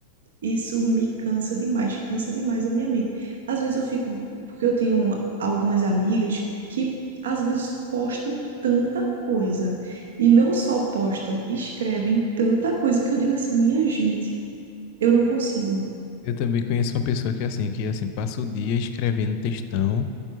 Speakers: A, on the right; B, on the left.
A: Isso me cansa demais, cansa demais a minha mente. Às vezes eu fico, porque eu tenho algumas amigas que às vezes postam tanta coisa e não só postam, escrevem tanta coisa que eu digo assim, minha gente, eu não consigo.
B: Eu também conheço uma pessoa que é assim, que assim, passa o dia escrevendo textão.